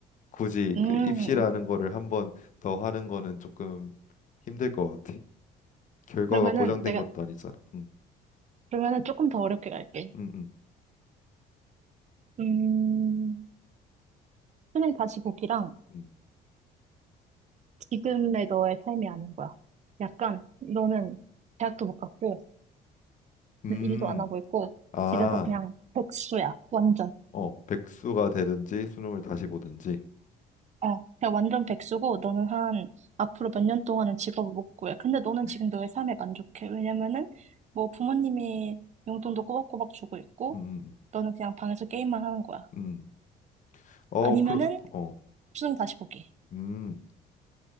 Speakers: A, on the left; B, on the right.
A: 굳이
B: 음,
A: 그 입시라는 거를 한번 더 하는 거는 조금 힘들 것 같아. 결과가
B: 그러면은
A: 보장된
B: 내가,
A: 것도 아니잖아. 음,
B: 그러면은 조금 더 어렵게 갈게.
A: 음, 음,
B: 음, 수능 다시 보기랑
A: 음.
B: 지금의 너의 삶이 아닌 거야. 약간 너는 대학도 못 갔고,
A: 음,
B: 일도 안 하고 있고,
A: 아,
B: 집에서 그냥 백수야. 완전.
A: 어, 백수가 되든지 수능을 다시 보든지.
B: 어, 그냥 완전 백수고, 너는 한, 앞으로 몇 년 동안은 직업을 못 구해. 근데 너는
A: 음,
B: 지금 너의 삶에 만족해. 왜냐면은, 뭐 부모님이 용돈도 꼬박꼬박 주고 있고,
A: 음,
B: 너는 그냥 방에서 게임만 하는 거야.
A: 음. 음. 어,
B: 아니면은,
A: 그러, 어,
B: 수능 다시 보기.
A: 음.